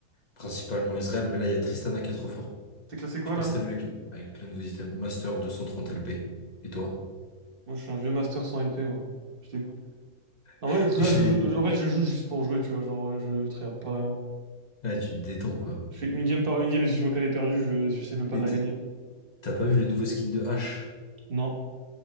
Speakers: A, on the left; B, on the right.
A: Principalement Israël, mais là, il y a Tristana qui est trop fort.
B: T'es classé quoi
A: Je sais
B: là?
A: pas si t'as vu avec le, avec le nouveau item Master 230 LP. Et toi?
B: Moi, je suis un vieux master sans LP, moi. Je dégoûte. En
A: <laughs>
B: vrai, là,
A: Et chez
B: je
A: les,
B: joue... en vrai, je joue juste pour jouer, tu vois. Genre, euh, je tryhard pas vraiment.
A: là, tu te détends, quoi.
B: Je fais une game par une game et si je vois qu'elle est perdue, je... je sais même pas
A: Mais
B: de la
A: t'es-
B: gagner.
A: t'as pas vu le nouveau skin de H?
B: Non.